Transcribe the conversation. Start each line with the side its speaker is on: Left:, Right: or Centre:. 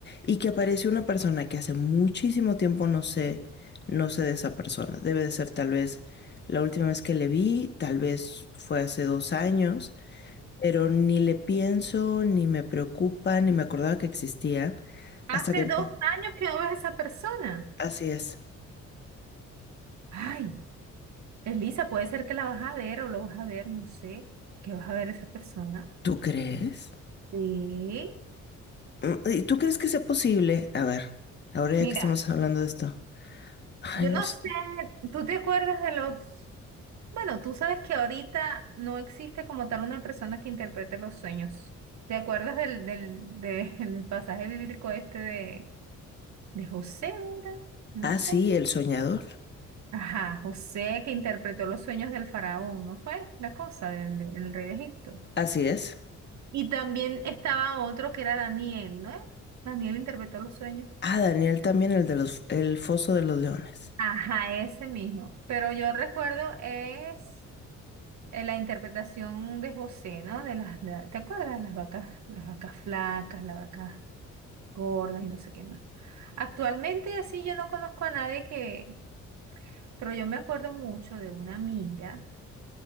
Left: y que apareció una persona que hace muchísimo tiempo no sé, no sé de esa persona. Debe de ser tal vez la última vez que le vi, tal vez fue hace dos años, pero ni le pienso, ni me preocupa, ni me acordaba que existía
Right: Hace
Left: hasta que... empe-
Right: dos años que no ves a esa persona.
Left: Así es.
Right: Ay, Elisa, puede ser que la vas a ver o lo vas a ver, no sé, que vas a ver a esa persona.
Left: ¿Tú crees?
Right: Sí.
Left: Mm, ¿Y tú crees que sea posible? A ver, ahora ya
Right: Mira,
Left: que estamos hablando de esto. Ay,
Right: yo
Left: no
Right: no
Left: sé.
Right: sé, ¿tú te acuerdas de los... Bueno, tú sabes que ahorita no existe como tal una persona que interprete los sueños. ¿Te acuerdas del, del, del <laughs> pasaje bíblico este de, de José, era? No
Left: Ah,
Right: sé.
Left: sí, El Soñador.
Right: Ajá, José que interpretó los sueños del faraón, ¿no fue? La cosa del, del rey de Egipto.
Left: Así es.
Right: Y también estaba otro que era Daniel, ¿no? era? Daniel interpretó los sueños.
Left: Ah, Daniel también, el de los, el Foso de los Leones.
Right: Ajá, ese mismo. Pero yo recuerdo es eh, la interpretación de José, ¿no? De las, de- ¿te acuerdas? Las vacas, las vacas flacas, las vacas gordas y no sé qué más. Actualmente así yo no conozco a nadie que, pero yo me acuerdo mucho de una amiga